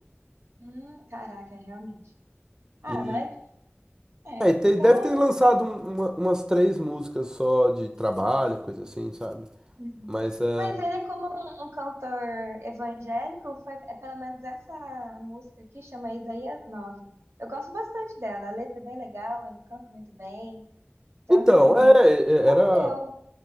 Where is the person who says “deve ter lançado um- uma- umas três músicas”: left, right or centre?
Right